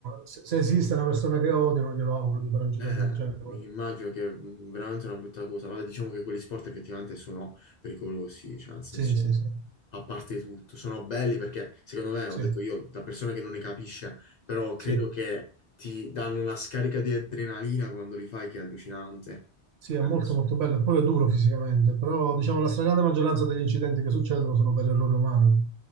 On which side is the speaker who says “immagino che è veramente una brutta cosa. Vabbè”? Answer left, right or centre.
Left